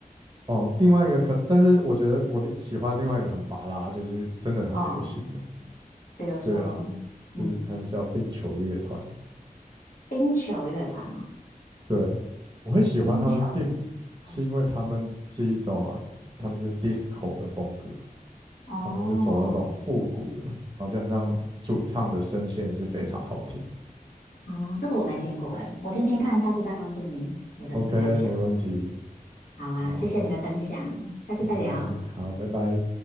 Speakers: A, on the right (about 30°); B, on the left (about 70°).
A: 哦，另外一个可，但是我觉得我的喜欢另外一个很拔辣，就是真的很流行的，
B: 哦，比如说，
A: 对啊，就是它是叫冰球乐团，
B: 嗯，冰球乐团哦，
A: 对，我会喜欢他们，
B: 冰球乐
A: 并不是因为他们是一种，
B: 团，
A: 他们是 disco 的风格，
B: 哦
A: 他们是走那种复古的，然后加上主唱的声线是非常好听的。
B: 哦，哦这个我没听过诶，我听听看，下次再告诉你我的感想。
A: OK，没问题，
B: 好啊，
A: 好，
B: 谢谢你的分享，下次再聊，
A: 不会，好，拜拜。